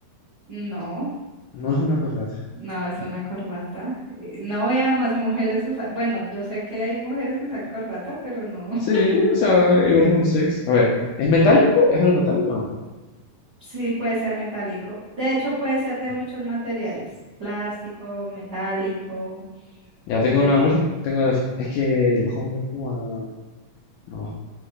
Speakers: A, on the right (about 80°); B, on the left (about 80°).
A: No,
B: No es una corbata.
A: no es una corbata. Eh, No, y además mujeres usan, bueno, yo sé que hay mujeres que usan corbata, pero no. <laughs>
B: Sí, o sea, igual es unisex. A ver, ¿es metálico? ¿Es algo metálico o no?
A: Sí, puede ser metálico. De hecho, puede ser de muchos materiales, plástico, metálico.
B: Ya tengo
A: eh,
B: una mul- tengo def- es que los hombres como van a- No.